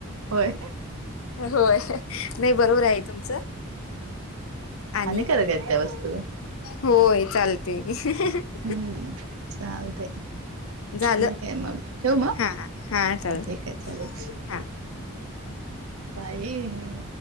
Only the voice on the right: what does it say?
होय
हानिकारक आहे त्या वस्तू
हम्म चालतय
ठीक आहे मग ठेवू मग
हा ठीक <unintelligible>
बाई